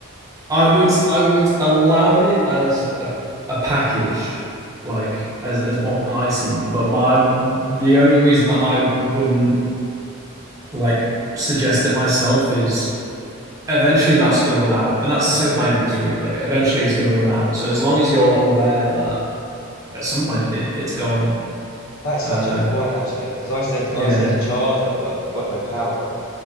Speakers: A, on the right; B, on the left.
A: I would I would allow it as a, a package, like as as one item, but my the only reason that I wouldn't like suggest it myself is eventually that's going to run out. And that's the same with my MP3 player. Eventually it's going to run out. So as long as you're aware that at some point it, it's gone,
B: That is
A: uh
B: such a good point actually, because I said I
A: yeah.
B: said a charger, but I've got no power.